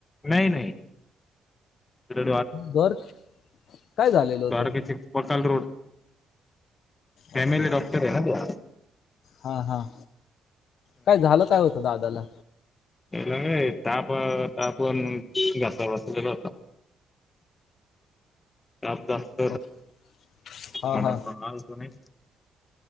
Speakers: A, on the left; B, on the left.
A: नाही नाही. इकडे
B: बर. काय झालेलं होतं
A: द्वारकेचे बटाल road. family
B: Okay okay
A: doctor आहे ना तो.
B: हां हां काय झालं काय होतं दादाला?
A: ला ताप तापून घसा बसलेला होता. <unintelligible>
B: ओके हां
A: म्हणून
B: हां.
A: मग आलतो नाही